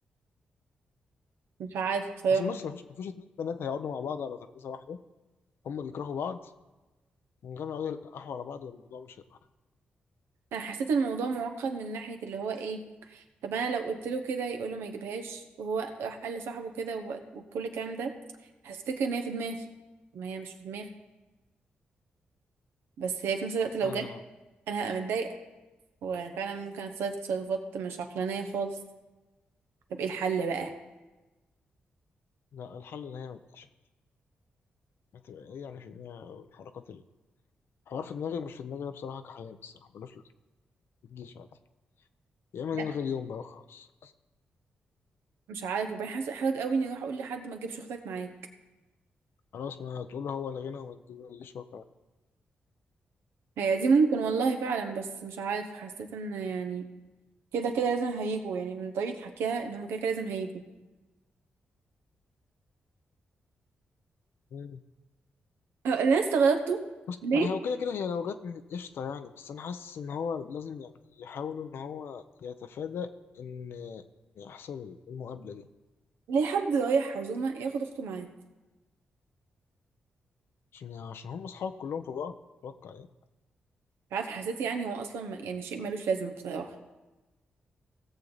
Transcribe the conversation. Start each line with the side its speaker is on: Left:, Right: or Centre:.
Right: مش عارفه بصراحه
Left: بس بص مفيش مفيش اتنين بنات هيقعدوا مع بعض على ترابيزه واحده هما بيكرهوا بعض من غير ما يقعدوا يلقحوا على بعض الموضوع مش هيبقى حل
Right: انا حسيت الموضوع معقد من ناحيه اللي هو ايه طب انا لو قلت له كده يقول له ما يجيبهاش وهو راح قال لصاحبه كده و- وكل الكلام ده هفتكر ان هي في دماغي طب ما هي مش في دماغي بس هي في نفس الوقت لو
Left: آه
Right: جت انا هبقى متضايقه وفعلا ممكن اتصرف تصرفات مش عقلانيه خالص طب ايه الحل بقى
Left: لا الحل ان هي ما تجيش هتبقى ايه يعني في دماغ الحركات ال- الحوار في دماغي مش في دماغي أنا بصراحه كحيان الصراحه ملوش لازمه ما تجيش عادي يا اما
Right: لا
Left: نلغي اليوم بقى وخلاص
Right: مش عارفه وبعدين حاسه احراج قوي اني اروح اقول لحد ما تجيبش اختك معاك
Left: خلاص ما تقول له هو لغينا وما تجيش هو كمان
Right: هي دي ممكن والله فعلا بس مش عارف حسيت ان يعني كده كده لازم هيجوا يعني من طريقة حكيها ان هما كده كده لازم هيجوا
Left: مم.
Right: أه، اللي انا استغربته
Left: بص
Right: ليه
Left: يعني هو كده كده هي لو جت من قشطه يعني بس انا حاسس ان هو لازم يعني يحاولوا ان هو يتفادى ان إن يحصل المقابله دي
Right: ليه حد رايح عزومة ياخد اخته معاه مش
Left: عشان يعني عشان هم أصحاب كلهم في بعض أتوقع يعني
Right: عارف حسيت يعني هو اصلا ما- يعني شيء ملوش لازمة بصراحة